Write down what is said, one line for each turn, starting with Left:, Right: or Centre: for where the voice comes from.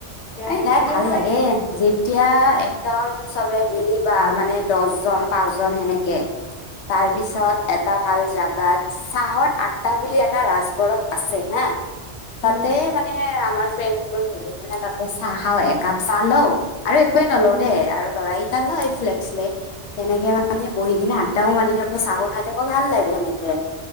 Centre: এতিয়া
Left: এই
Centre: সেইকাৰণে
Left: নাই ভাল
Centre: মই
Left: লাগে। যেতিয়া একদম চবে মিলিবা মানে দছ জন পাঁচ জন সেনেকে।
Centre: <inaudible>
Left: তাৰ পিছত
Centre: উম
Left: এত টা ভাল জাগাত চাহৰ আড্ডা বুলি এটা ৰাজগড়ত আছে হা।
Centre: উম
Left: তাতে মানে আমাৰ ফ্ৰেণ্ডবোৰ মিলি কিনে তাতে চাহ খাওঁ একাপ চাহ লও। আৰু একোৱে নলওঁ
Centre: উম
Left: দেই আৰু ল'ৰাকেইটা লয় ফ্লেগ শ্লেগ। তেনেকে মানে
Centre: উম
Left: বহি কিনে আদ তাও মাৰি থাকো চাহো খাই থাকো ভাল লাগে সেনেকে।